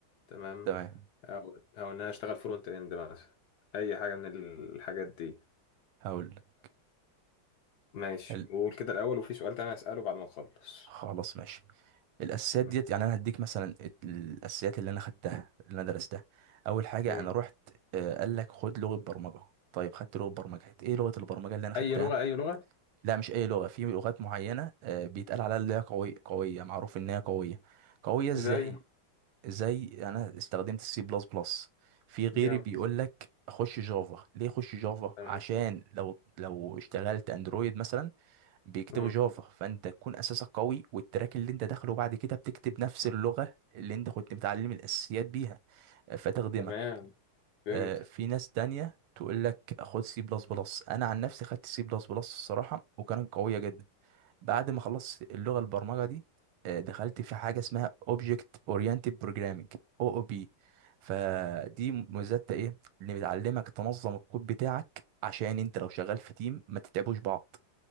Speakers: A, on the left; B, on the right.
A: تمام
B: تمام
A: او او ان انا اشتغل فرونت اند مثلا اي حاجه من الحاجات دي
B: هقول لك.
A: ماشي
B: ال-
A: وقول كده الأول وفي سؤال تاني هسأله بعد ما نخلص
B: خلاص ماشي الاساسيات
A: مم.
B: ديت يعني انا هديك مثلا ات- الاساسيات اللي انا خدتها اللي انا درستها اول حاجه
A: مم.
B: انا رحت آه، قال لك خد لغه برمجه طيب خدت لغه برمجه هت- ايه لغه البرمجه اللي انا خدتها
A: أي لغة أي لغة
B: لا مش اي لغه في لغات معينه آه، بيتقال عليها اللي هي قويه قويه معروف ان هي قويه قويه ازاي
A: زي
B: زي انا استخدمت السي بلس بلس في غيري
A: جامد
B: بيقول لك خش جافا ليه خش جافا
A: تمام
B: عشان لو لو اشتغلت اندرويد مثلا بيكتبوا
A: مم.
B: جافا فانت تكون اساسك قوي والتراك اللي انت داخله بعد كده بتكتب نفس اللغه اللي انت كنت متعلم الاساسيات بيها آه، فتخدمك
A: تمام فهمت
B: آه، في ناس تانية تقول لك خد سي بلس بلس انا عن نفسي خدت سي بلس بلس الصراحه وكانت قويه جدا بعد ما خلصت اللغه البرمجه دي آه، دخلت في حاجه اسمها اوبجكت اورينتد بروجرامنج او او بي فدي ميزتها ايه اللي بتعلمك تنظم الكود بتاعك عشان انت لو شغال في تيم ما تتعبوش بعض